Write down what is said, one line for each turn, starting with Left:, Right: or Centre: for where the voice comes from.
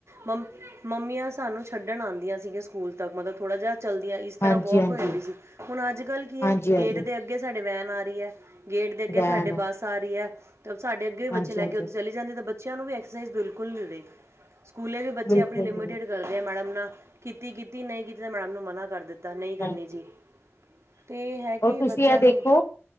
Right: ਮੰ, ਮੰਮੀਆਂ ਸਾਨੂੰ ਛੱਡਣ ਆਂਦੀਆ ਸੀਗੀਆ ਸਕੂਲ ਤੱਕ, ਮਤਲਬ ਥੋੜ੍ਹਾ ਜਿਹਾ ਚੱਲਦੀਆਂ, ਇਸ ਤਰ੍ਹਾਂ
Left: ਹਾਂਜੀ
Right: ਵੌਕ
Left: ਹਾਂਜੀ
Right: ਹੋ ਜਾਂਦੀ ਸੀ। ਹੁਣ ਅੱਜ-ਕੱਲ ਕੀ ਐ,
Left: ਹਾਂਜੀ ਹਾਂਜੀ
Right: ਗੇਟ ਦੇ ਅੱਗੇ ਸਾਡੇ ਵੈਨ ਆ ਰਹੀ ਹੈ। ਗੇਟ ਦੇ ਅੱਗੇ
Left: ਵੈਨ
Right: ਸਾਡੇ ਬੱਸ ਆ ਰਹੀ ਐ, ਤਾ ਸਾਡੇ ਅੱਗੇ ਵੀ
Left: ਹਾਂਜੀ
Right: ਬੱਚੇ ਲੈਕੇ
Left: ਹਾਂਜੀ
Right: ਉੱਥੇ ਚਲੀ ਜਾਂਦੀ, ਤਾਂ ਬੱਚ ਬੱਚਿਆਂ ਨੂੰ ਵੀ ਐਕਸਰਸਾਈਜ਼ ਬਿਲਕੁਲ ਮਿਲੇ, ਸਕੂਲੇ ਵੀ ਬੱਚੇ
Left: ਬਿਲਕੁਲ
Right: ਆਪਣੀ ਲਿਮਿਟੇਡ
Left: ਬਿਲਕੁਲ
Right: ਕਰਦੇ ਆ ਮੈਡਮ ਨਾਲ, ਕੀਤੀ-ਕੀਤੀ, ਨਹੀਂ ਕੀਤੀ ਤਾਂ ਮੈਡਮ ਨੂੰ ਮਨਾ ਕਰ ਏਦਾਂ ਨਹੀਂ ਕਰਨੀ
Left: ਹਾਂਜੀ।
Right: ਜੀ, ਤੇ ਹੈ‌ਕੀ
Left: ਔਰ ਤੁਸੀਂ
Right: ਬੱਚਿਆਂ
Left: ਇਹ ਦੇਖੋ
Right: ਨੂੰ ਵੀ